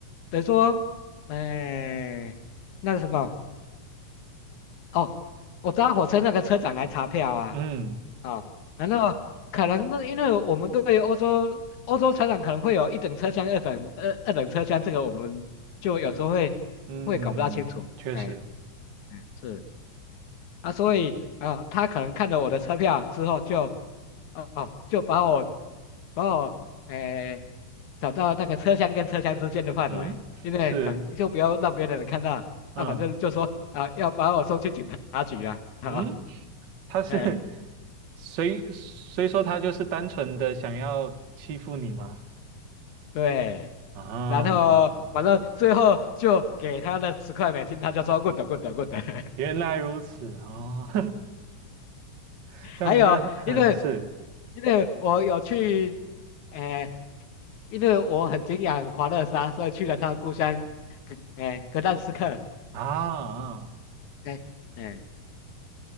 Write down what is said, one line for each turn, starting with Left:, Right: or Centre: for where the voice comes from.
Left: 等于说，哎，那个什么，哦，我搭火车那个车长来查票啊，
Right: 嗯
Left: 啊、难道可能那因为我们对欧洲欧洲车长可能会有一等车厢、二等二二等车厢，这个我们就有时候会
Right: 嗯，
Left: 会搞不大清楚，
Right: 确实，
Left: 哎，哎是。啊，所以啊，他可能看了我的车票之后就，哦、哦就把我把我诶、找到那个车厢跟车厢之间的范围，
Right: 嗯是，
Left: 因为可能就不要让别的人看到啊，
Right: 嗯
Left: 反正就说啊，要把我送去警察局啊，<laughs> 啊，
Right: 嗯，他是
Left: 哎、
Right: <laughs>，谁谁说他就是单纯的想要欺负你吗？
Left: 对，
Right: 啊，
Left: 然后反正最后就给他了十块美金，他就说 good good good <laughs>。
Right: 原来如此啊，<laughs> 这样子那是
Left: 还有，因为
Right: <laughs> 是
Left: 因为我有去，诶、因为我很敬仰华勒沙，所以去了他的故乡，格，诶、格但斯克。
Right: 啊啊，
Left: 哎、哎、